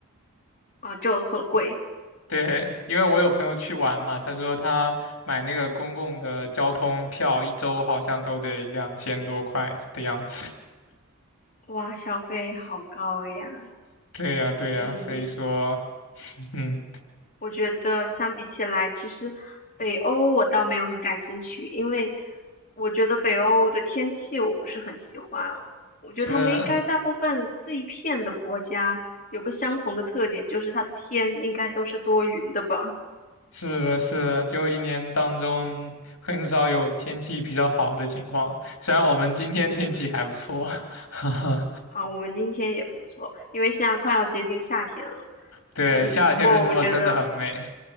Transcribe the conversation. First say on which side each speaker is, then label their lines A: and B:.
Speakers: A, on the left; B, on the left.
A: 啊，就很贵，
B: 对，因为我有朋友去玩嘛，他说他买那个公共的交通票，一周好像都得两千多块的样子。
A: 哇，消费好高呀。
B: <laughs> 对呀，对呀，
A: 嗯，
B: 所以说，嗯，
A: 我觉得相比起来，其实北欧我倒没有很感兴趣，因为我觉得北欧的天气我不是很喜欢，我觉得他们应该大部分这一片的国家有个相同的特点，
B: 是，
A: 就是它的天应该都是多云的吧。
B: 是的，是的，就一年当中很少有天气比较好的情况。虽然我们今天天气还不错，<laughs>
A: 啊，我们今天也不错，因为现在快要接近夏天了。
B: 对，
A: 嗯，
B: 夏天的时候真的很美。
A: 不过我觉得，